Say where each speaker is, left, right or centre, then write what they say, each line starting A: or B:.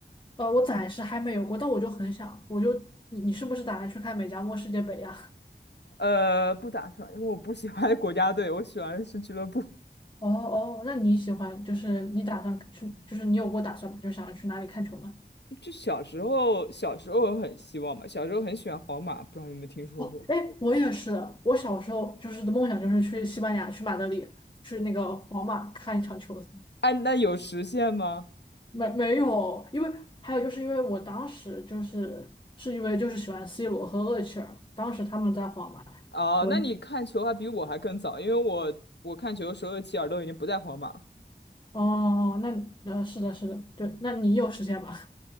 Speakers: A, on the left; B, on the left.
A: 呃，我暂时还没有过，但我就很想，我就你你是不是打算去看美加墨世界杯呀？
B: 呃，不打算，因为我不喜欢国家队，我喜欢的是俱乐部。
A: 哦哦，那你喜欢就是你打算去，就是你有过打算吗？就想要去哪里看球吗？
B: <laughs> 就小时候，小时候我很希望嘛，小时候很喜欢皇马，不知道你有没有听说过？
A: 哦，哎，我也是，我小时候就是的梦想就是去西班牙，去马德里，去那个皇马看一场球赛。
B: 哎，那有实现吗？
A: 没没有，因为还有就是因为我当时就是是因为就是喜欢 C 罗和厄齐尔，当时他们在皇马，
B: 哦，
A: 所以
B: 那你看球还比我还更早，因为我我看球的时候，齐尔都已经不在皇马了。
A: 哦，那呃是的，是的，对，那你有时间吗？